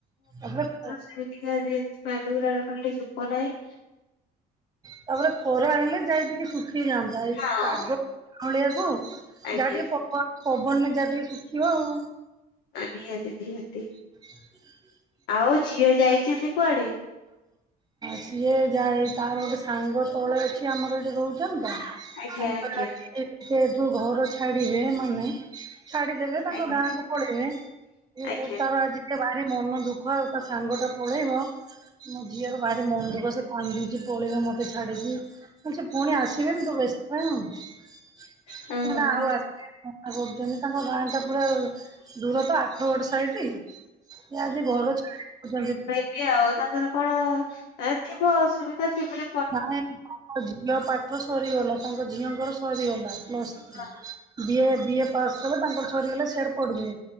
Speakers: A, on the right; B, on the left.
A: ତାପରେ
B: ଯେମିତି କି ଆଜି ଜିନ୍ସ ପ୍ୟାଣ୍ଟ୍ ଗୁରାକ କଲି ଶୁଖୁ ନାହିଁ
A: ତାପରେ ଖରା ହେଲେ ଯାହା କି ଟିକେ ଶୁଖି ଯାଆନ୍ତା ଏଇ
B: ହଁ
A: ପାଗ ଝାଉଁଳିଆକୁ ଯାହା
B: ଆଜ୍ଞା
A: ଟିକେ ପବନ ପବନରେ ଯାହା ଟିକେ ଶୁଖିବ ଆଉ
B: ଆ ନିହାତି ନିହାତି
A: <unintelligible>
B: ଆଉ ଝିଅ ଯାଇଛନ୍ତି କୁଆଡେ?
A: ସିଏ ଯାଇ ତାର ଗୋଟେ ସାଙ୍ଗ ତଳେ ଅଛି ଆମର ଏଠି ରହୁଛନ୍ତିତ।
B: ଆଜ୍ଞା
A: ତାଙ୍କର
B: ଆଜ୍ଞା
A: ଆଜି ଯେହେତୁ ଘର ଛାଡିବେ ମାନେ ଛାଡିଦେବେ ତାଙ୍କ
B: ଆଜ୍ଞା
A: ଗାଁକୁ ପଳେଇବେ ଇଏ
B: ଆଜ୍ଞା
A: ସେଇଠୁ ତାର ଆଜି ଏତେ ଭାରି ମନ ଦୁଃଖ ଆଉ ତା ସାଙ୍ଗ ଟା ପଳେଇବ ମୋ ଝିଅର ବାହାରି ମନ ଦୁଃଖ ସେ କାନ୍ଦୁଛି ସେ ପଳେଇବ ମତେ ଛାଡିକି। ମୁଁ କହିଲି ସେ ପୁଣି ଆସିବେନି ତୁ ବ୍ୟସ୍ତ କାଇଁ ହଉଛୁ
B: ହଁ ହଁ
A: ନା
B: ହଁ
A: ଆଉ ଆସିବେନି ମନା କରୁଛନ୍ତି ତାଙ୍କ ଗାଁ ଟା ପୁରା ଦୂର ତ ଆଠଗଡ ସାଇଟ୍ ସେ ଆଜି ଘର ଛାଡୁଛନ୍ତି।
B: ଏ ଆଉ ତାଙ୍କର କଣ ଥିବ ଅସୁବିଧା ଥିବ
A: ନାଇଁ ତାଙ୍କ ଝିଅ ପାଠ ସରିଗଲା ତାଙ୍କ ଝିଅଙ୍କର ସରିଗଲା ପ୍ଲସ୍ ଥ୍ରି
B: ହଁ
A: ବିଏ ବିଏ ପାସ୍ କଲେ ତାଙ୍କର ସରିଗଲା ସିଆଡେ ପଢିବେ